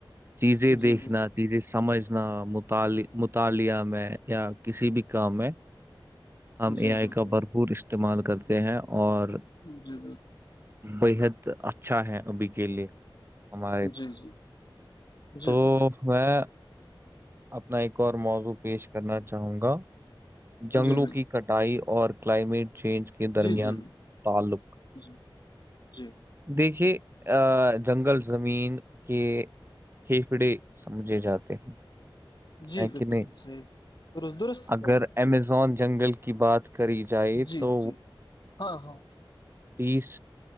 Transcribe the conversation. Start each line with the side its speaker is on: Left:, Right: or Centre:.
Right: چیزیں
Left: جی
Right: دیکھنا
Left: بل
Right: جی جی سمجھنا مطالع مطالعہ میں یا کسی بھی کام میں ہم
Left: جی
Right: اے آئی
Left: بالکل
Right: کا بھرپور استعمال کرتے ہیں اور
Left: جی جی
Right: بےحد اچھا ہے ابھی کے لیے ہمارے
Left: جی جی جی
Right: تو
Left: بل
Right: میں اپنا ایک اور موضوع پیش کرنا چاہوں گا جنگلوں
Left: جی بل
Right: کی کٹائی اور کلائمیٹ چینج کے درمیان
Left: جی جی
Right: تعلق
Left: بل جی
Right: دیکھیے ا جنگل زمین کے پھیپھڑے سمجھے جاتے ہیں
Left: جی
Right: ہے
Left: بالکل
Right: کہ نہیں
Left: صحیح درست درست
Right: اگر
Left: فرمایا
Right: امیزون جنگل کی بات کری جائے
Left: جی
Right: تو
Left: جی ہاں ہاں
Right: تیس